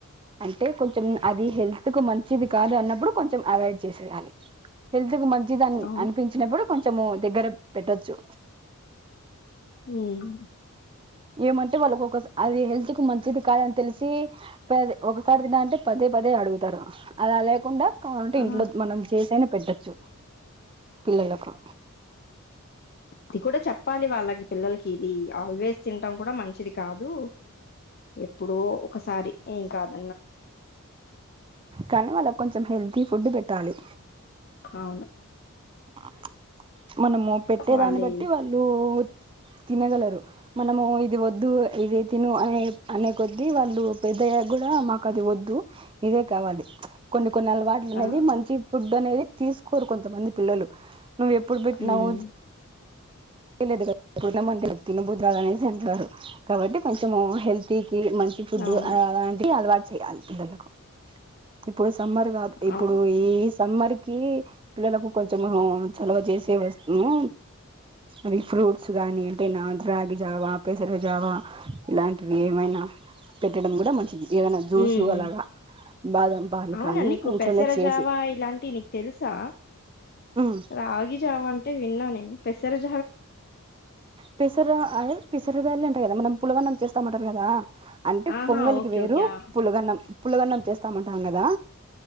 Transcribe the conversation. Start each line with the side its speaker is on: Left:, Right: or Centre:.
Right: అంటే కొంచెం అది హెల్త్ హెల్త్కు మంచిది కాదు అన్నప్పుడు కొంచెం అవాయిడ్ చేసేయాలి హ కు మంచిదని
Left: అవును
Right: అనిపించినప్పుడు కొంచెము దగ్గర పెట్టొచ్చు
Left: ఉమ్
Right: ఏ మ అంటెవాళ్ళోఒక సా అది హెల్త్ కు మంచి స్వీటుకాదని తెలిసి పదెఒకసారి తినం మంటే పదే పదే అడుగుతారు అలా లేకుండా కావులంటే
Left: ఆ
Right: ఇంట్లో మనం చేసైనా పెట్టొచ్చు పిల్లలలకు
Left: అది కూడా చెప్పాలి వాళ్ళకి పిల్లలకి ఇది ఆల్వేస్ తినటం కూడా మంచిది కాదు ఎప్పుడోఒకసారి ఏం కాదు
Right: కానీ వాళ్ళ కొంచెం హెల్తీ ఫుడ్ పెట్ ట్టాలి
Left: అవును
Right: అ మనము పెట్టే
Left: వాళ్ళే
Right: దాన్ని బట్టి వాళ్ళు తినగలరు మనము ఇది వద్దు ఇదితిను అనే అనే కొద్దివాళ్ళు పెద్దయ్యా కూడా మాకు అది వద్దు ఇదే కావాలి కొన్ని. కొన్నిఅలవాటుల్‌అనేవిమంచి
Left: ఆ
Right: ఫుడ్ అనేది తీసుకోరు కొంతమంది పిల్లలు నువ్వు ఎప్పుడు పెట్టినావ
Left: ఉమ్
Right: లేదు కదా బుద్ది కాదనిఅనేసి అంటారు కాబట్టి కొంచెం హెల్తీ కిమంచి ఫుడ్
Left: అవును
Right: అలాంటి అలవాటు చెయాలి పిల్లకు ఇప్పుడు సమ్మర్గా ఇప్పుడు
Left: అవును
Right: ఈ సమ్మర్ కి పిల్లలకు కొంచము చలవాచేసే వస్తుము అవి ఫ్రూట్స్ గాని అంటే నా రాగి జావా పెసరజావా ఇలాంటివి ఏమైనా పెట్టడం కూడా మంచిది. ఏదైనా జ్యూసు
Left: హ్మ్.
Right: అలాగా బాదం పాలు
Left: అవునా
Right: కానీ
Left: నీకు
Right: ఇంట్లోనే
Left: పెసరజావా
Right: చేసి
Left: ఇలాంటి నీకు తెలుసా
Right: ఉమ్
Left: రాగి జావా అంటే విన్నా నేను పెసరా.
Right: పెసరా ఆయ్ పెసర బ్యాల్‌ ఇవె అంట కద మనం పులగానం చేస్తామంటారు కదా అంటే
Left: ఆహా!
Right: పొంగలికి
Left: ఓకే.
Right: వేరు
Left: ఓకే. ఆ!
Right: పులగన్నం పులగన్నం చేస్తామంటాం కదా